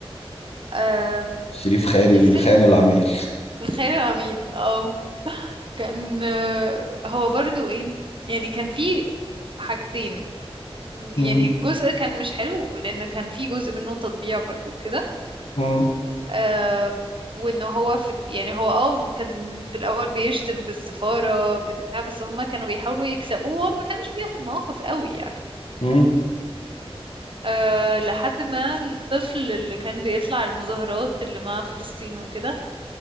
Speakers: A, on the right (about 55°); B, on the left (about 80°).
A: آم،
B: شريف خيري
A: الفيلم
B: الخاين العميل
A: الخيال العميل اه كان آه، هو برضو ايه يعني كان فيه حاجتين
B: مم،
A: يعني جزء كان مش حلو لان كان فيه جزء منه تطبيع برضو كده
B: مم،
A: آم، وان هو في ال- يعني هو اه كان في الاول بيشتم في السفارة بتاع بس هما كانوا بيحاولوا يكسبوه وهو ما كانش بياخد مواقف قوي يعني
B: مم،
A: أه لحد ما الطفل اللي كان بيطلع المظاهرات اللي مع فلسطين وكده